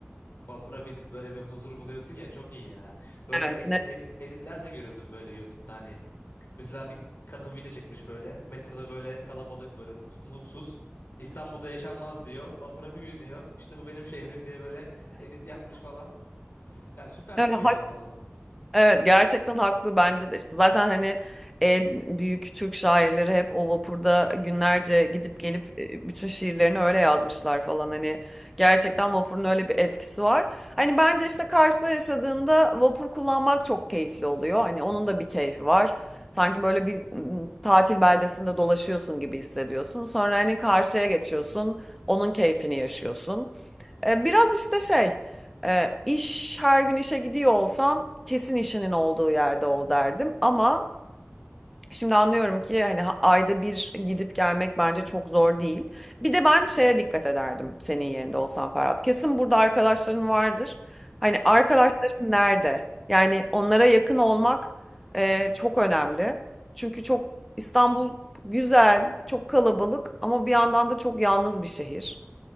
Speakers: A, on the left (about 65°); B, in the centre.
A: vapura binip böyle bir huzur buluyorsun ya çok iyi ya. Böyle
B: evet.
A: edit,
B: Ne?
A: edit editler de görüyordum böyle YouTube'da hani Mesela bir kadın video çekmiş böyle. Metroda böyle kalabalık böyle mutsuz. İstanbul'da yaşanmaz diyor. Vapura bir biniyor. İşte bu benim şehrim diye böyle edit yapmış falan. Ya süperdi
B: Evet,
A: o videolar falan.
B: Evet gerçekten haklı bence de işte zaten hani en büyük Türk şairleri hep o vapurda günlerce gidip gelip e, bütün şiirlerini öyle yazmışlar falan hani gerçekten vapurun öyle bir etkisi var. Hani bence işte Kars'ta yaşadığında vapur kullanmak çok keyifli oluyor hani onun da bir keyfi var. Sanki böyle bir m, tatil beldesinde dolaşıyorsun gibi hissediyorsun. Sonra hani karşıya geçiyorsun, onun keyfini yaşıyorsun. E, Biraz işte şey. E, iş her gün işe gidiyor olsan kesin işinin olduğu yerde ol derdim ama şimdi anlıyorum ki hani ha- ayda bir gidip gelmek bence çok zor değil. Bir de ben şeye dikkat ederdim senin yerinde olsam Ferhat. Kesin burada arkadaşların vardır. Hani
A: Hı
B: arkadaşlarım
A: hı.
B: nerede? Yani onlara yakın olmak e, çok önemli. Çünkü çok İstanbul güzel, çok kalabalık ama bir yandan da çok yalnız bir şehir.